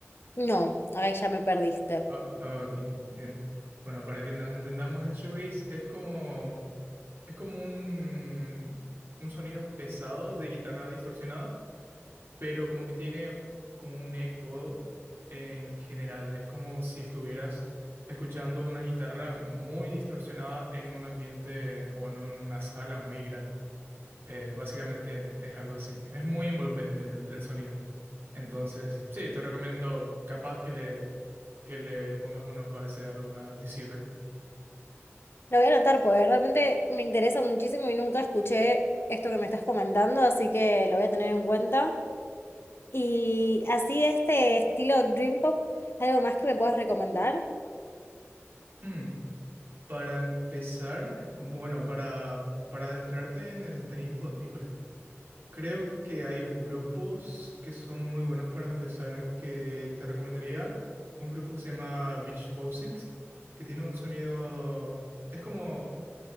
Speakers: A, on the left; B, on the right.
A: No, ahí ya me perdiste.
B: Ah, ok, bien. Bueno, para que nos entendamos, el shoegaze es como, es como un, un sonido pesado de guitarra distorsionada, pero como que tiene como un eco en general. Es como si estuvieras escuchando una guitarra muy distorsionada en un ambiente o en una sala muy grande. Eh, básicamente es algo así. Es muy envolvente el, el sonido. Entonces, sí, te recomiendo capaz que le, que le pongas un ojo a ese álbum, a Deceiver.
A: Lo voy a anotar porque realmente me interesa muchísimo y nunca escuché esto que me estás comentando, así que lo voy a tener en cuenta. Y así este estilo Dream Pop, ¿algo más que me puedas recomendar?
B: Mm, para empezar, bueno, para, para adentrarte en el Dreampod, híjole, creo que hay grupos que son muy buenos para empezar, que te recomendaría un grupo que se llama Beach Fossils, que tiene un sonido, es como